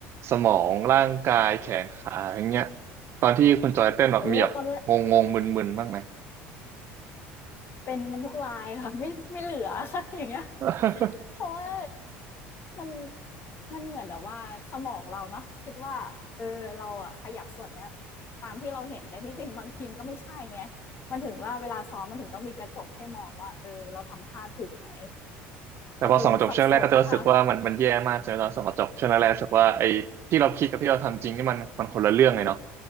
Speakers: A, on the right (about 50°); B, on the left (about 45°).
A: สมองร่างกายแขนขาอย่างเงี้ยตอนที่คุณจอยเต้นแบบมีแบบงงงมึนมึนๆบ้างไหม
B: โอ้ตอนแรก เป็นกันทุกรายค่ะ <laughs> ไม่ไม่เหลือ <laughs> ค่ะอย่างเงี้ย
A: <laughs>
B: เพราะว่ามันมันเหมือนแบบว่าสมองเราเนาะคิดว่าเออเราอะขยับส่วนเนี้ยตามที่เราเห็นแต่ที่จริงบางทีมก็ไม่ใช่ไงมันถึงว่าเวลาซ้อมมันถึงต้องมีกระจกให้มองว่าเออเราทำท่าถูกไหม
A: แต่พอส่องกระจกช่วงแรกก็จะรู้สึกว่ามันมันแย่มากจนตอนส่องกระจกช่วงแรกๆรู้สึกว่าไอ้ที่เราคิดกับที่เราทำจริงนี่มันมันคนละเรื่องเลยเนาะ
B: ก็คือสับสนค่ะ